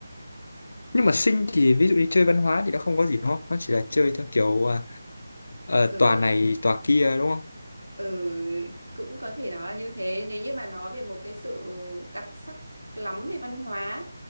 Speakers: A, on the left; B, on the right.
A: nhưng mà sinh thì ví dụ như chơi văn hóa thì nó không có gì đúng không nó chỉ là chơi theo kiểu à, ờ,
B: ừ
A: tòa này tòa kia đúng không
B: Ừ, cũng có thể nói là như thế. Nếu như mà nói về một cái sự đặc sắc lắm về văn hóa